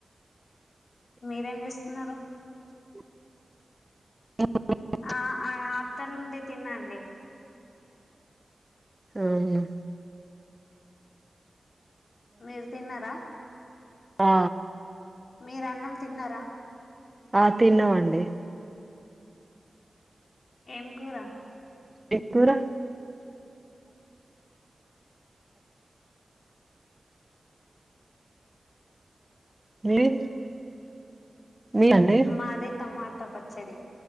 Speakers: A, on the left; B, on the right.
A: మీరేం చేస్తున్నారు
B: <unintelligible>
A: ఆ ఆ ఆప్తర్నుంది తినండి
B: అవునా
A: మీరు తిన్నారా
B: ఆ
A: మీరు అన్నం తిన్నారా.
B: ఆ తిన్నావండి.
A: ఏం కూర
B: ఎక్ కూరా మీది
A: ఉహు
B: మీదా అండి
A: మది టమాట పచ్ చడీ